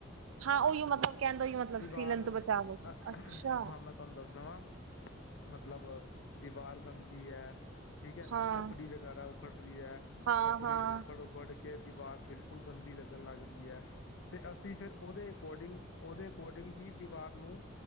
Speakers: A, on the right (about 85°); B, on the left (about 65°).
A: ਹਾਂ ਉਹੀ ਮਤਲਬ ਕਹਿਣ ਦਾ ਉਹੀ ਮਤਲਬ
B: ਦੀਵਾਰ
A: ਸੀਲਨ ਤੋਂ ਬਚਾਵ ਹੈਗਾ
B: ਮੈਂ
A: ਅੱਛਾ।
B: ਹਾਂ ਮੈਂ ਤੁਹਾਨੂੰ ਦੱਸਦਾ ਵਾਂ ਮਤਲਬ ਦੀਵਾਰ ਗੰਦੀ ਹੈ। ਠੀਕ ਹੈ
A: ਹਾਂ
B: ਪਪੜੀ ਵਗੈਰਾ ਉਖੜ ਰਹੀ ਹੈ
A: ਹਾਂ
B: ਪਪੜੀ
A: ਹਾਂ
B: ਉਖੜ ਉਖੜ ਕੇ। ਕੇ ਦੀਵਾਰ ਬਿਲਕੁਲ ਗੰਦੀ ਲੱਗਣ ਲੱਗ ਜਾਂਦੀ ਹੈ ਤੇ ਅਸੀਂ ਫਿਰ ਉਹਦੇ ਅਕੋਰਡਿੰਗ ਉਹਦੇ। ਅਕੋਡਿੰਗ ਹੀ ਦੀਵਾਰ ਨੂੰ